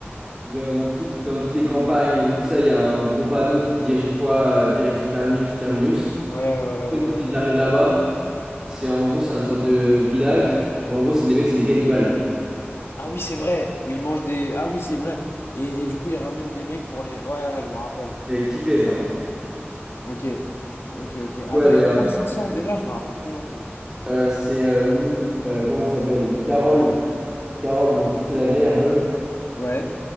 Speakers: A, on the right (about 15°); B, on the left (about 70°).
A: de- dans toutes, dans toutes les campagnes, les villes, ça, il y a un gros panneau qui dit à chaque fois euh, direction Terminus, Terminus.
B: Ouais, ouais, ouais,
A: Une
B: ouais.
A: fois
B: ouais.
A: qu'ils arrivent là-bas, c'est en gros, c'est une sorte de village où en gros, c'est les mecs, c'est des cannibales.
B: Ah oui, c'est vrai. Où ils mangent des. Ah oui, c'est vrai. Et, et du coup, ils ramènent des mecs pour les. Ouais, ouais, je m'en rappelle.
A: J'avais kiffé ça.
B: Ok, ok, ok. Attends,
A: Ouais, ben,
B: et comment ils s'en sortent déjà? Je me rappelle plus non plus.
A: euh, c'est, euh, Mi- euh, comment elle s'appelle? Carole. Carole, donc, tu sais, la vieille un peu,
B: Ouais.